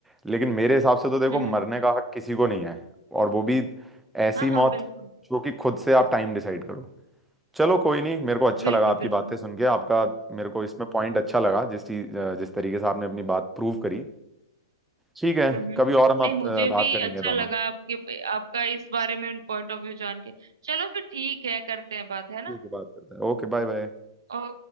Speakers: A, in the centre; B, on the right.
A: लेकिन मेरे हिसाब से तो देखो
B: हम्म
A: मरने का हक किसी को नहीं है और वो भी ऐसी
B: हाँ
A: मौत
B: हाँ बिल्कुल
A: जो कि खुद से आप टाइम डिसाइड करो चलो कोई नहीं मेरे को अच्छा
B: बिल्कुल
A: लगा आपकी
B: बिल्कुल
A: बातें सुन के आपका मेरे को इसमें पॉइंट अच्छा लगा जिस चीज जिस तरीके से आपने अपनी बात प्रूव करी ठीक है
B: हम्म हम्म।
A: कभी और हम आप
B: नहीं मुझे
A: अ, बात
B: भी
A: करेंगे
B: अच्छा
A: दोनों
B: लगा आपके आपका इस बारे में पॉइंट ऑफ व्यू जान के चलो फिर ठीक है करते हैं बात है ना
A: ठीक है बात करते हैं Okay bye bye
B: Oh,